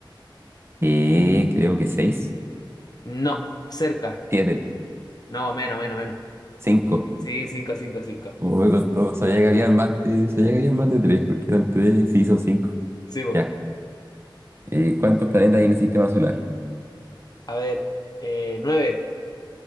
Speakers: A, on the right; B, on the left.
A: Eh, creo que seis,
B: No, cerca.
A: siete,
B: No, menos, menos, menos.
A: cinco.
B: Sí, cinco, cinco, cinco.
A: Oh, me costó. Sabía que había más de, sabía que había más de tres, porque eran tres, sí, son cinco.
B: Sí, po.
A: Ya. Eh, ¿cuántos planetas hay en el sistema solar?
B: A ver, eh, 9.